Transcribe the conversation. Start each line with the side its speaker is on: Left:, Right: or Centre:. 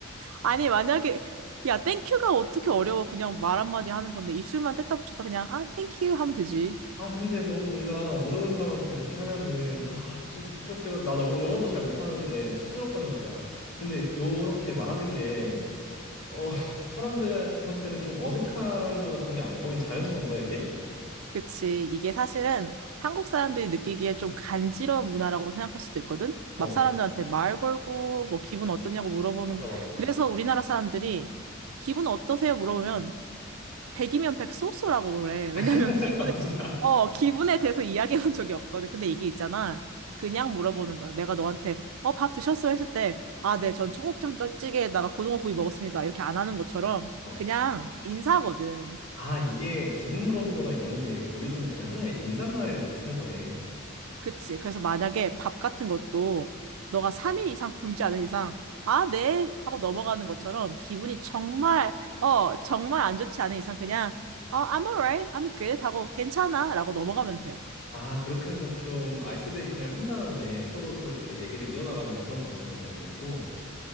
Right: 아니, 만약에, 야, thank you가 어떻게 어려워. 그냥 말 한마디 하는 건데, 입술만 뗐다 붙였다 그냥, 아, thank you 하면 되지.
Left: 아 근데 너무 뭔가 모르는 사람한테 그렇게 하면은 아 좀 부끄럽게도 나 영어, 영어도 잘 못하는데 쑥스럽단 말이야. 근데 요렇게 말하는 게 어, <laughs> 사람들한테는 좀 어색한 거나 그런 게 아니야. 거긴 자연스러운 거야 이게?
Right: 그치. 이게 사실은 한국 사람들이 느끼기에 좀 간지러운 문화라고 생각할 수도 있거든?
Left: 어
Right: 막 사람들한테 말 걸고, 뭐, 기분 어떠냐고 물어보는
Left: 맞아
Right: 거.
Left: 맞아.
Right: 그래서 우리나라 사람들이, 기분 어떠세요? 물어보면, 백이면 백 소소라고 그래. 왜냐면
Left: <laughs>
Right: 기분에,
Left: 맞아.
Right: 어, 기분에 대해서 이야기해 본 적이 없거든. 근데 이게 있잖아. 그냥 물어보는 거야. 내가 너한테, 어, 밥 드셨어? 했을 때, 아, 네, 전 청국장 찌개에다가 고등어구이 먹었습니다. 이렇게 안 하는 것처럼
Left: 어.
Right: 그냥 인사거든.
Left: 아 이게 기분 물어보거나 이런 게 거기서는 그냥 하나의 인사말이랑 비슷한 거네.
Right: 그치. 그래서 만약에 밥 같은 것도 너가 3일 이상 굶지 않은 이상, 아, 네. 하고 넘어가는 것처럼 기분이 정말, 어, 정말 안 좋지 않은 이상 그냥, 어, I'm alright. I'm good. 하고 괜찮아. 라고 넘어가면 돼.
Left: 아, 그렇게 해서 좀 아이스 브레이킹을 한 다음에 서로 서로 이렇게 얘기를 이어나가는 그런 방식인가 보나, 미국도.